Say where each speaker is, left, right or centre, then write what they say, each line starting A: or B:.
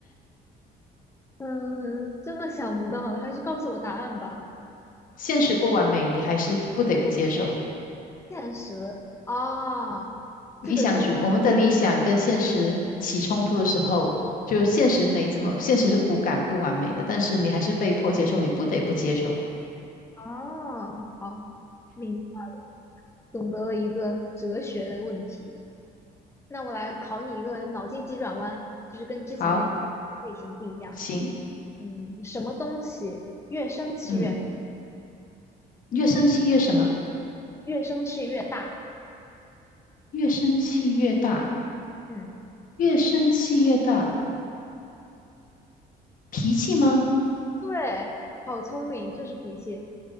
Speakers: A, on the left (about 15°); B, on the left (about 55°).
A: 嗯，真的想不到了，还是告诉我答案吧。
B: 现实不完美，你还是不得不接受。
A: 现实啊，
B: 理想主，
A: 这个这个
B: 我们的理想跟现实起冲突的时候，就现实没这么，现实是骨感不完美的，但是你还是被迫接受，你不得不接受。
A: 啊，好，明懂得了一个哲学的问题。那我来考你一个脑筋急转弯，就是跟之前那种类型不一样。
B: 好，行，
A: 嗯，什么东西越生气越大
B: 嗯，越生气越什么？
A: 越生气越大？
B: 越生气越大，
A: 嗯，
B: 越生气越大，脾气吗？
A: 对，好聪明，就是脾气